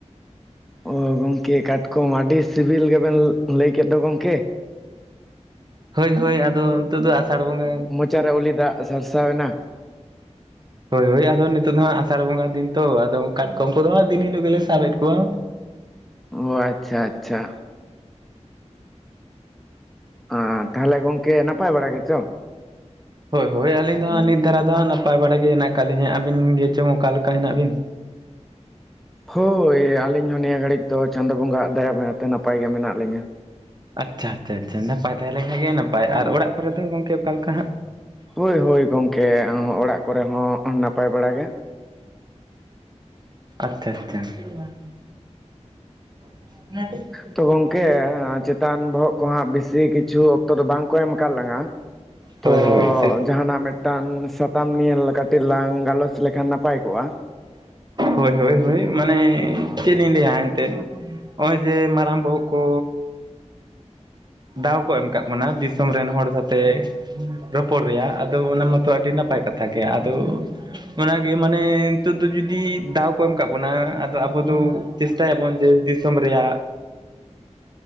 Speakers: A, in the centre; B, on the right (about 35°).
A: ᱦᱳᱭ ᱜᱚᱢᱠᱮ ᱠᱟᱴᱠᱚᱢ ᱟᱹᱰᱤ ᱥᱤᱵᱤᱞ ᱜᱮᱵᱮᱱ ᱞᱟᱹᱭ ᱠᱮᱫ ᱫᱚ ᱜᱚᱢᱠᱮ
B: ᱦᱳᱭ ᱦᱳᱭ ᱟᱫᱚ ᱱᱤᱛᱚᱜ ᱫᱚ ᱟᱥᱟᱲ ᱵᱚᱸᱜᱟ
A: ᱪᱟᱨᱟᱣᱩᱞᱤ ᱫᱟᱜ ᱥᱟᱨᱥᱟᱣᱮᱱᱟ
B: ᱦᱳᱭ ᱦᱳᱭ ᱟᱫᱚ ᱱᱤᱛᱚᱜ ᱫᱚ ᱦᱟᱸᱜ ᱟᱥᱟᱲ ᱵᱚᱸᱜᱟ ᱫᱤᱱ ᱛᱚ ᱟᱫᱚ ᱠᱟᱴᱠᱚᱢ ᱠᱚᱫᱚ ᱦᱟᱸᱜ ᱫᱤᱱ ᱦᱤᱞᱳᱜ ᱜᱮᱞᱮ ᱥᱟᱵᱮᱫ ᱠᱚᱣᱟ
A: ᱚ ᱟᱪᱪᱷᱟ ᱟᱪᱪᱷᱟ ᱚᱸ ᱛᱟᱦᱚᱞᱮ ᱜᱚᱝᱠᱮ ᱱᱟᱯᱟᱭ ᱵᱟᱲᱟ ᱜᱮᱪᱚ
B: ᱦᱳᱭ ᱦᱳᱭ ᱟᱹᱞᱤᱧ ᱫᱚ ᱦᱟᱸᱜ ᱱᱤᱛ ᱫᱷᱟᱨᱟ ᱫᱚ ᱦᱟᱸᱜ ᱱᱟᱯᱟᱭ ᱵᱟᱲᱟ ᱜᱮ ᱦᱮᱱᱟᱜ ᱠᱟᱫ ᱞᱤᱧᱟᱹ ᱟᱹᱵᱤᱱ ᱜᱮ ᱪᱚᱝ ᱚᱠᱟ ᱞᱮᱠᱟ ᱦᱮᱱᱟᱜ ᱵᱤᱱ?
A: ᱦᱳᱭ ᱟᱹᱞᱤᱧ ᱦᱚᱸ ᱱᱤᱭᱟᱹ ᱜᱷᱟᱹᱲᱤᱡ ᱫᱚ ᱪᱟᱸᱫᱳ ᱵᱚᱸᱜᱟᱭᱟᱜ ᱫᱟᱭᱟ ᱢᱟᱭᱟᱛᱮ ᱱᱟᱯᱟᱭ ᱜᱮ ᱢᱮᱱᱟᱜ ᱞᱤᱧᱟᱹ
B: ᱟᱪᱪᱷᱟ ᱪᱷᱟ ᱪᱷᱟ ᱱᱟᱯᱟᱭ ᱛᱟᱦᱮᱸ ᱞᱮᱱᱠᱷᱟᱱ ᱜᱮ ᱱᱟᱯᱟᱭ ᱟᱨ ᱚᱲᱟᱜ ᱠᱚᱨᱮ ᱫᱚ ᱜᱚᱝᱠᱮ ᱚᱠᱟ ᱞᱮᱠᱟ ᱦᱟᱸᱜ?
A: ᱦᱳᱭ ᱦᱳᱭ ᱜᱚᱢᱠᱮ ᱚᱲᱟᱜ ᱠᱚᱨᱮ ᱦᱚᱸ ᱱᱟᱯᱟᱭ ᱵᱟᱲᱟ ᱜᱮ
B: ᱟᱪᱪᱷᱟ ᱪᱷᱟ <unintelligible> <unintelligible>
A: ᱛᱚ ᱜᱚᱝᱠᱮ ᱪᱮᱛᱟᱱ ᱵᱚᱦᱚᱜ ᱠᱚᱦᱟᱸᱜ ᱵᱤᱥᱤ ᱠᱤᱪᱷᱩ ᱚᱠᱛᱚ ᱫᱚ ᱵᱟᱝ ᱠᱚ ᱮᱢ ᱠᱟᱫ ᱞᱟᱝᱟ, ᱛᱚ
B: ᱦᱳᱭ ᱦᱳᱭ ᱪᱮᱫ
A: ᱡᱟᱦᱟᱱᱟᱜ ᱢᱤᱫᱴᱟᱝ ᱥᱟᱛᱟᱢ ᱱᱤᱭᱟᱹᱞ ᱠᱟᱹᱴᱤᱡ ᱞᱟᱝ ᱜᱟᱞᱚᱪ ᱞᱮᱠᱷᱟᱱ ᱱᱟᱯᱟᱭ ᱠᱚᱜᱼᱟ
B: ᱦᱳᱭ ᱦᱳᱭ ᱦᱳᱭ ᱢᱟᱱᱮ ᱪᱮᱫ ᱤᱧ ᱞᱟᱹᱭᱟ ᱮᱱᱛᱮᱫ ᱱᱚᱜᱼᱚᱭ ᱡᱮ ᱢᱟᱨᱟᱝ ᱵᱚᱦᱚᱜ ᱠᱩᱻ ᱫᱟᱣ ᱠᱚ ᱮᱢ ᱠᱟᱫ ᱵᱚᱱᱟ ᱫᱤᱥᱚᱢ ᱨᱮᱱ ᱦᱚᱲ ᱠᱟᱛᱮᱜ ᱨᱚᱯᱚᱲ ᱨᱮᱭᱟᱜ ᱟᱫᱚ ᱚᱱᱟ ᱢᱟᱛᱚ ᱟᱹᱰᱤ ᱱᱟᱯᱟᱭ ᱠᱟᱛᱷᱟ ᱜᱮ ᱟᱫᱚ ᱚᱱᱟᱜᱮ ᱢᱟᱱᱮ ᱱᱤᱛᱚᱜ ᱫᱚ ᱡᱩᱫᱤ ᱫᱟᱣ ᱠᱚ ᱮᱢ ᱠᱟᱫ ᱵᱚᱱᱟ ᱟᱫᱚ ᱟᱵᱚ ᱫᱚ ᱪᱮᱥᱴᱟᱭᱟᱵᱚᱱ ᱡᱮ ᱫᱤᱥᱚᱢ ᱨᱮᱭᱟᱜ
A: <inaudible>